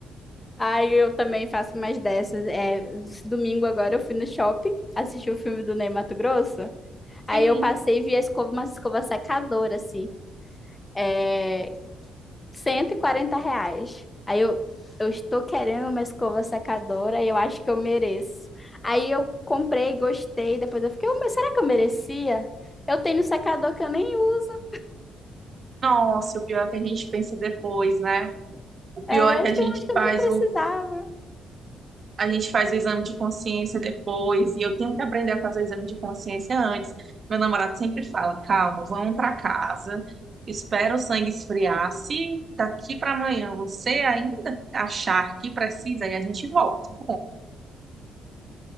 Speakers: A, on the left (about 20°); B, on the right (about 40°).
A: ai eu também faço mais dessas. É, domingo agora eu fui no shopping assisti o filme do Ney Matogrosso. Aí
B: Sim.
A: eu passei e vi a escova, uma escova secadora, assim. É, 140 reais. Aí eu, eu estou querendo uma escova secadora e eu acho que eu mereço. Aí eu comprei, gostei. Depois eu fiquei, "Oh, mas será que eu merecia? Eu tenho secador que eu nem uso.
B: Nossa, o pior é que a gente pensa depois, né? O pior
A: É,
B: é que
A: isso
B: a gente
A: que eu acho que eu
B: faz
A: nem precisava.
B: o, a gente faz o exame de consciência depois. E eu tenho que aprender a fazer o exame de consciência antes. Meu namorado sempre fala: calma, vamos para casa. Espera o sangue esfriar. Se daqui para amanhã você ainda achar que precisa, aí a gente volta.